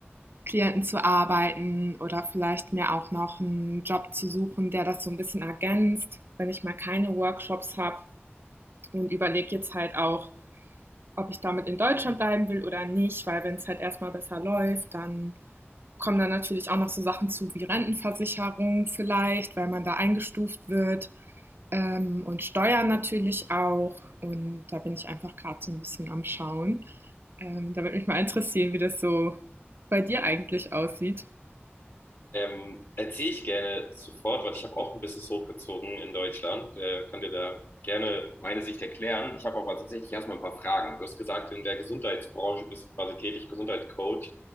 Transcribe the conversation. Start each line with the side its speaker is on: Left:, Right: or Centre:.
Right: klienten zu arbeiten oder vielleicht mir auch noch einen Job zu suchen, der das so ein bisschen ergänzt, wenn ich mal keine Workshops habe und überlege jetzt halt auch, ob ich damit in Deutschland bleiben will oder nicht, weil wenn es halt erstmal besser läuft, dann kommen dann natürlich auch noch so Sachen zu wie Rentenversicherung vielleicht, weil man da eingestuft wird ähm, und Steuern natürlich auch. Und da bin ich einfach gerade so ein bisschen am Schauen. Ähm, da würde mich mal interessieren, wie das so bei dir eigentlich aussieht.
Left: Ähm, erzähle ich gerne sofort, weil ich habe auch ein Business hochgezogen in Deutschland. Äh, kann dir da gerne meine Sicht erklären. Ich habe aber tatsächlich erstmal ein paar Fragen. Du hast gesagt, in der Gesundheitsbranche bist du quasi tätig, Gesundheitscoach.